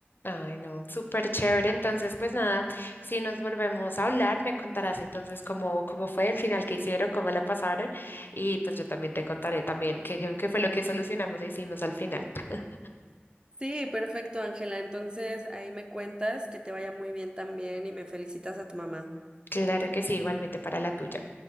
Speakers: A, on the left; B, on the right.
A: Ay, no, súper chévere. Entonces, pues nada, si nos volvemos a hablar, me contarás entonces cómo, cómo fue el final que hicieron, cómo la pasaron y pues yo también te contaré también qué, qué qué fue lo que solucionamos e hicimos al final. <laughs>
B: Sí, perfecto, Ángela. Entonces, ahí me cuentas que te vaya muy bien también y me felicitas a tu mamá.
A: Claro que sí, igualmente para la tuya.